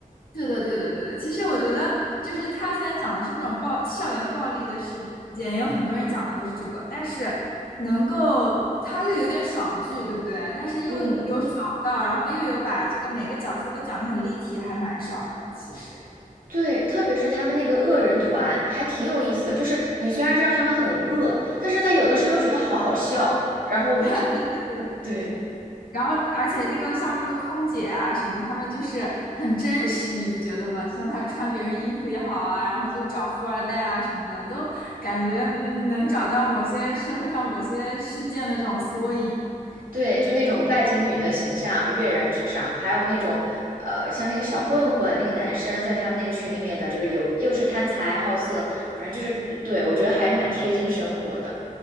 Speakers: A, on the left; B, on the right.
A: 对的，对的，对的。其实我觉得，就是他虽然讲的是那种暴校园暴力的事件，也有很多人讲的都是这个，但是能够他又有点爽剧，对不对？但是又有爽到，
B: 嗯，
A: 然后又有把这个每个角色都讲得很立体，还蛮少的，其实。
B: 对，特别是他们那个恶人团还挺有意思的，就是你虽然知道他们很恶，但是在有的时候又觉得好好笑，
A: 嗯，
B: 然后
A: <laughs> 啊，对对对。
B: 对。
A: 然后而且那个像那个空姐啊什么，他们就是很真实，你不觉得吗？就像她穿别人衣服也好啊，然后就找富二代啊什么的，都感觉嗯能找到某些社会上某些事件的这种缩影。
B: 对，就那种拜金女的形象跃然纸上，还有那种，呃，像那个小混混那个男生在他们那个群里面的，就是有又是贪财好色，反正就是对我觉得还蛮贴近生活的。